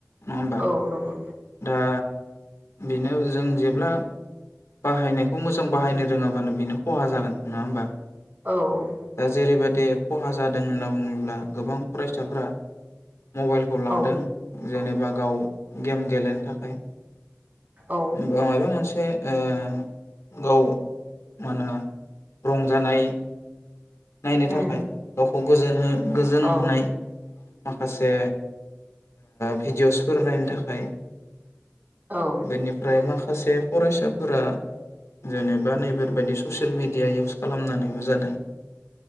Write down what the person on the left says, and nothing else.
नङा होमबा
दा बेनो जों जेब्ला बाहायनायखौ मोजां बाहायनो रोङाबानो बेनो खहा जागोन नङा होमबा
दा जेरैबायाददि खहा जादों होनना बुङोब्ला गोबां फरायसाफोरा मबाइलखौ
लादों जेनेबा गाव गेम गेलेनो थाखाय
मायबा मोनसे से ओ गाव मा होनो रंजानाय नायनो थाखाय
गावखौ गोजोन गोजोन
होनाय माखासे भिडिअसफोर नायनो थाखाय
बेनिफ्राय माखासे माखासे फरायसाफोरा जेनेबा नैबफोर बायदि ससियेल मिडिया इउस खालामनानैबो जादों